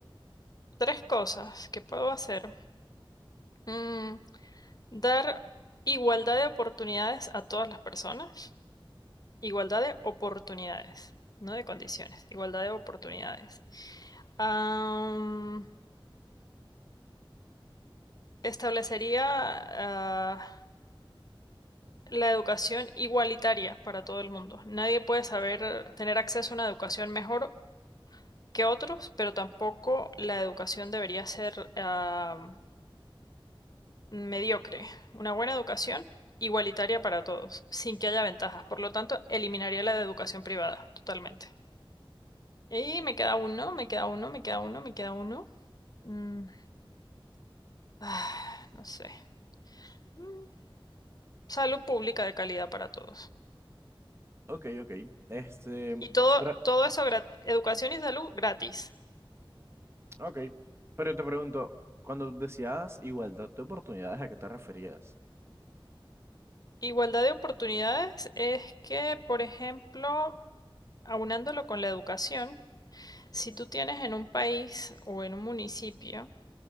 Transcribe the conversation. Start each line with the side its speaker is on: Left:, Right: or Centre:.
Left: Tres cosas que puedo hacer. Mm, dar igualdad de oportunidades a todas las personas. Igualdad de oportunidades, no de condiciones. Igualdad de oportunidades. Am, establecería, ah, la educación igualitaria para todo el mundo. Nadie puede saber tener acceso a una educación mejor que otros, pero tampoco la educación debería ser ah, mediocre. Una buena educación igualitaria para todos, sin que haya ventajas. Por lo tanto, eliminaría la de educación privada, totalmente. Y me queda uno, me queda uno, me queda uno, me queda uno. Mm, ah, no sé. Mm, salud pública de calidad para todos.
Right: Ok, ok. Este,
Left: Y todo,
Right: pero,
Left: todo eso, grat- educación y salud gratis.
Right: ok. Pero te pregunto, cuando decías igualdad de oportunidades, ¿a qué te referías?
Left: Igualdad de oportunidades es que, por ejemplo, aunándolo con la educación, Si tú tienes en un país o en un municipio